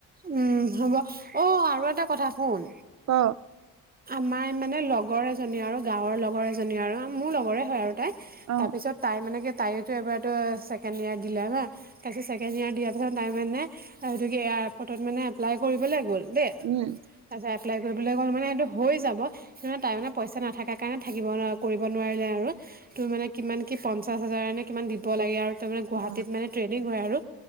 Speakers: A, on the right; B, on the right.
A: উম, হ'ব অ', আৰু এটা কথা শুন।
B: ক?
A: আমাৰ মানে লগৰ এজনী আৰু, গাঁৱৰ লগৰ এজনী আৰু, মোৰ লগৰে হয় আৰু তাই।
B: অ
A: তাৰপিছত তাই মানে কি তাইয়োতো এবাৰটো ছেকেণ্ড ইয়েৰত দিলে না। তাৰপিছত ছেকেণ্ড ইয়েৰত দিয়া পাছত টাই মানে আৰু এটোকি এয়াৰপৰ্টত মানে এপ্লাই কৰিবলৈ গ'ল দেই।
B: উম
A: তাৰপিছত এপ্লাই কৰিবলৈ গ'ল মানে সেইটো হৈ যাব। কিন্তু তাই মানে পইচা নাথাকে কাৰণে থাকিব কৰিব নোৱাৰিলে আৰু। তোৰ মানে কিমান কি পঞ্চাশ হাজাৰ নে কিমান দিব লাগে আৰু। তাৰমানে গুৱাহাটীত
B: বা
A: মানে ট্ৰেনিং কৰাই আৰু,